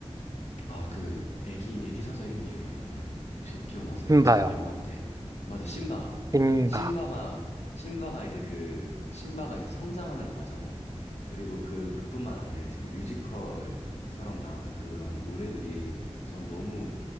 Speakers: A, on the left; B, on the right.
A: 아, 그 애기 애기 사자 이름이 기억이 안 나네요. 혹시 그 기억나세요?
B: 힘
A: 첫
B: 봐요.
A: 영화 때. 맞아, 심바.
B: 심박.
A: 심바가 심바가 이제 그 심바가 이제 성장하는 과정 그리고 그 그뿐만 아니라 이제 그 뮤지컬처럼 나오는 그런 노래들이 전 너무